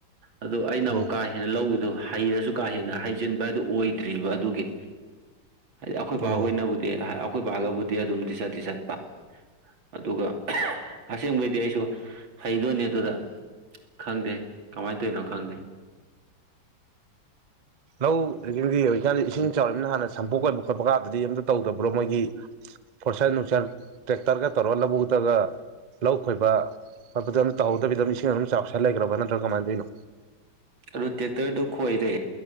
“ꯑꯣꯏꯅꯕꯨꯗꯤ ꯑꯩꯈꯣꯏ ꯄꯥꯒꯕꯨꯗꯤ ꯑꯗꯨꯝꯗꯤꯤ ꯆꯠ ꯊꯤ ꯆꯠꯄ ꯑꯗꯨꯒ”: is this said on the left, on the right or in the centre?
Right